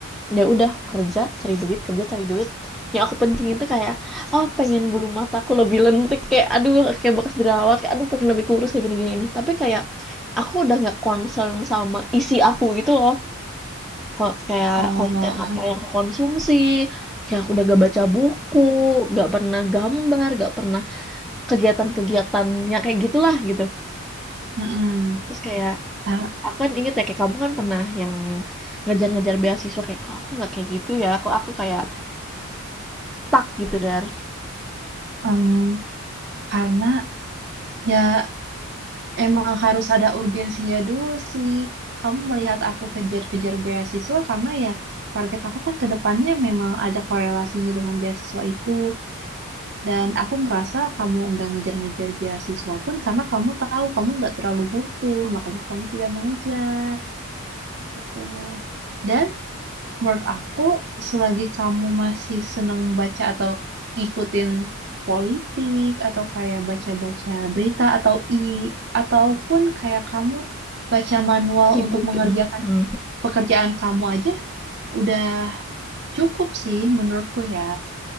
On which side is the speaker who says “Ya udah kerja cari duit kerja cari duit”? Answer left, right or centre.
Centre